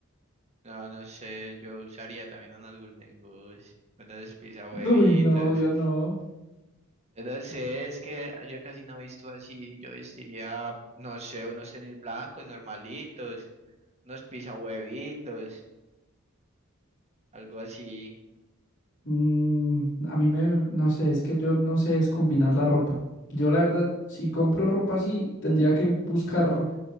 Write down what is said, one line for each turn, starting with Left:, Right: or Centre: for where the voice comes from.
Right: No, no sé, yo usaría también unos Golden Goose, unos pizza
Left: <laughs>
Right: huevitos.
Left: Uy, no, yo no.
Right: No sé, es que yo casi no he visto así. Yo vestiría, no sé, unos tenis blancos normalitos, unos pizza huevitos, algo así.
Left: Mm, a mí me, no sé, es que yo no sé es combinar la ropa. Yo la verdad, si compro ropa así, tendría que buscar